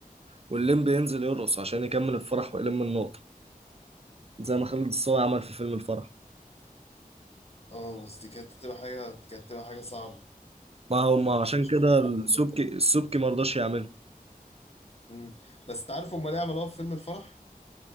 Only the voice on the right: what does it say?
والليمبي ينزل يرقص عشان يكمل الفرح ويلم النقطة زي ما خالد الصاوي عمل في فيلم الفرح
ما هو ما
عشان كده
السبكي
السبكي ما رضاش يعمله